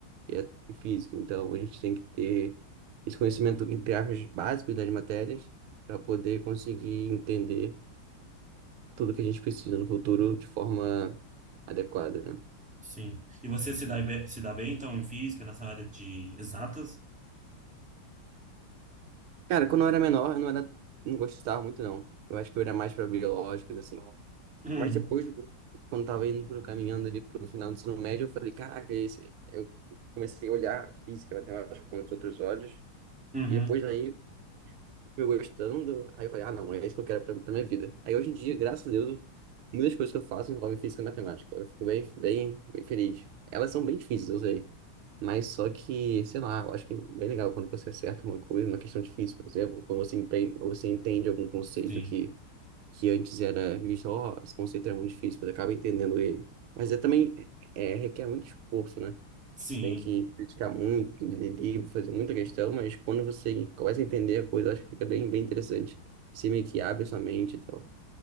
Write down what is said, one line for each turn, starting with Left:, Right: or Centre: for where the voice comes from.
Right: e a- e física. Então, a gente tem que ter esse conhecimento, entre aspas, básico das matérias para poder conseguir entender tudo que a gente precisa no futuro de forma adequada, né?
Centre: Sim. E você se dá, be- se dá bem, então, em física, nessa área de exatas?
Right: Cara, quando eu era menor, eu não era, não gostava muito, não. Eu acho que eu era mais para biológicas, assim.
Centre: Uhum.
Right: Mas depois, quando tava indo pro caminhando ali pro final do ensino médio, eu falei, caraca, esse... eu comecei a olhar física, matemática com outros outros olhos.
Centre: Uhum.
Right: E depois aí fui gostando. Aí eu falei, ah, não, é isso que eu quero pra, pra minha vida. Aí hoje em dia, graças a Deus, muitas coisas que eu faço envolvem física e matemática. Eu fico bem, bem, bem feliz. Elas são bem difíceis, eu sei. Mas só que, sei lá, eu acho que é bem legal quando você acerta uma coisa, uma questão difícil, por exemplo, quando você empre- ou você entende algum conceito
Centre: Sim.
Right: que que antes era visto, ó, esse conceito é muito difícil, você acaba entendendo ele. Mas é também, é, requer muito esforço, né?
Centre: Sim.
Right: Você tem que criticar muito, ler livro, fazer muita questão, mas quando você começa a entender a coisa, eu acho que fica bem, bem interessante. Você meio que abre a sua mente e tal.